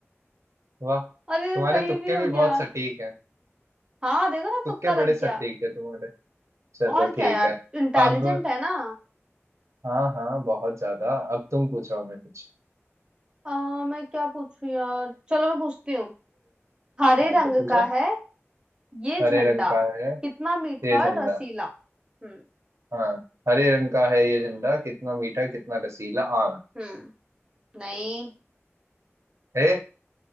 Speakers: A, on the right; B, on the right.
A: वाह
B: अरे
A: तुम्हारे
B: सही
A: तुक्के
B: भी हो
A: भी
B: गया
A: बहुत सटीक हैं
B: हाँ देखो ना
A: तुक्के
B: तुक्का लग
A: बड़े सटीक
B: गया
A: है तुम्हारे चलो
B: और
A: ठीक
B: क्या यार
A: है
B: इंटेलिजेंट
A: अब
B: है ना
A: हाँ हाँ बहुत ज्यादा अब तुम पूछो हमें कुछ
B: आ, मैं क्या पूछू यार चलो मैं पूछती हूँ हरे
A: हाँ
B: रंग
A: तो पूछो
B: का है ये
A: हरे
B: झंडा
A: रंग का है
B: कितना मीठा
A: ये झंडा
B: और रसीला हम्म
A: हाँ हरे रंग का है ये झंडा कितना मीठा कितना रसीला आम
B: हम्म नहीं
A: है